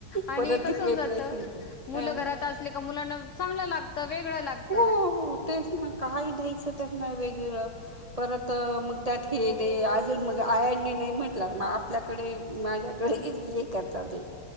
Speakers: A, on the left (about 80°); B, on the right (about 45°).
A: आणि
B: परत
A: कस
B: ती प्रिपरेशन
A: होऊन जात,
B: कर
A: मुलं
B: हा
A: घरात असले का मुलांना चांगलं लागतं वेगळं लागत.
B: हो हो तेच ना काय दया असं त्यांना ना वेगवेगळं परत अ मग त्यात हे दे अजून मग आयानी नाही म्हटलं म आपल्याकडे माझ्याकडे ये ये करतात ते